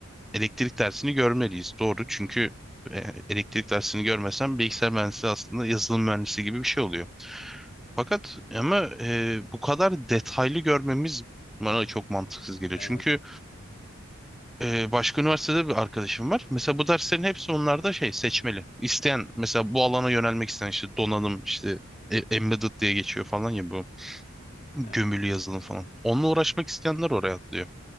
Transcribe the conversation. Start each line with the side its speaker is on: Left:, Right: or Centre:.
Centre: elektrik dersini görmeliyiz. Doğru çünkü e, elektrik dersini görmesem bilgisayar mühendisi aslında yazılım mühendisi gibi bir şey oluyor. Fakat ama e, bu kadar detaylı görmemiz bana da çok mantıksız geliyor.
Left: Evet.
Centre: Çünkü
Left: Hı hı.
Centre: e, başka üniversitede bir arkadaşım var. Mesela bu derslerin hepsi onlarda şey seçmeli. İsteyen mesela bu alana yönelmek isteyen işte donanım işte e, embedded diye geçiyor falan ya bu gömülü
Left: Evet.
Centre: yazılım falan. Onunla uğraşmak isteyenler oraya atlıyor.